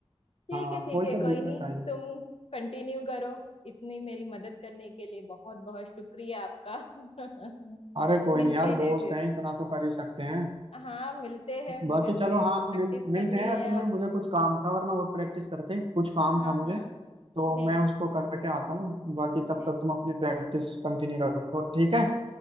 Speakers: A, on the left; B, on the right.
A: ठीक
B: हाँ
A: है ठीक
B: कोई
A: है
B: तो जीतना
A: कोई नहीं
B: चाहिए
A: तुम कंटिन्यू करो इतनी मेरी मदद करने के लिए बहुत बहुत शुक्रिया आपका <laughs>
B: अरे कोई
A: मिलते
B: नहीं यार दोस्त
A: हैं फिर
B: हैं इतना तो कर ही सकते हैं
A: हाँ मिलते हैं मुझे
B: बाकी
A: थोड़ी
B: चलो हाँ
A: और प्रैक्टिस
B: मिल,
A: करनी
B: मिलते हैं असल
A: है
B: में
A: अब
B: मुझे कुछ काम था वरना और प्रैक्टिस करते कुछ काम
A: हाँ
B: था मुझे
A: हाँ
B: तो
A: नहीं
B: मैं
A: नहीं
B: उसको करके आता हूँ बाकी तब
A: नहीं
B: तक तुम अपनी प्रैक्टिस कंटिन्यू रखो ठीक
A: हम्म,
B: है